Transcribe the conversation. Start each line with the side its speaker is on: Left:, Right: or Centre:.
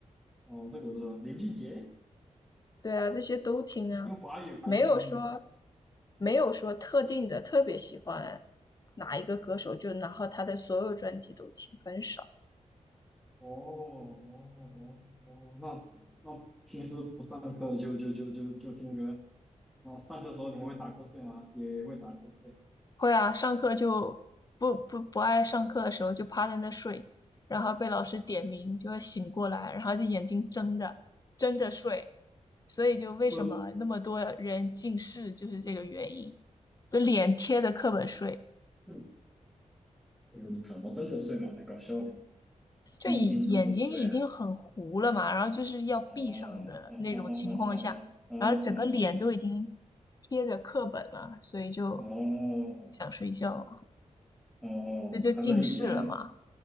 Centre: 哦，这个我知道。林俊杰，
Left: 对啊，这些都听啊，
Centre: 听华语还是听英语的？
Left: 没有说没有说特定的特别喜欢哪一个歌手，就然后他的所有专辑都听，很少。
Centre: 哦哦哦哦，那那平时不上课就就就就就听歌，那上课的时候你们会打瞌睡吗？也会打瞌睡。
Left: 会啊，上课就不不不爱上课的时候就趴在那睡，然后被老师点名就会醒过来，然后就眼睛睁着睁着睡，所以就为什么那么多人近视就是这个原因，
Centre: 这，
Left: 就脸贴着课本睡。
Centre: 嗯哎呦你怎么真的睡吗？太搞笑的，
Left: 就眼眼睛已经很糊了嘛，
Centre: 你你真的怎么睡啊？
Left: 然后就是要闭上的那种情况下，
Centre: 哦哦哦哦哦哦哦
Left: 然后整个脸都已经贴着课本了，所以就
Centre: 哦哦哦
Left: 想睡觉了，
Centre: 哦哦，
Left: 这就近视了嘛。
Centre: 反正以前